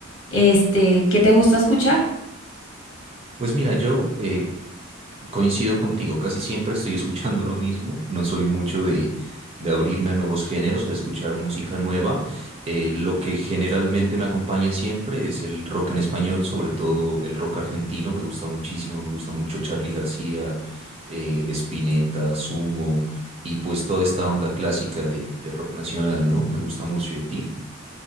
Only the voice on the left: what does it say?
este, ¿qué te gusta escuchar?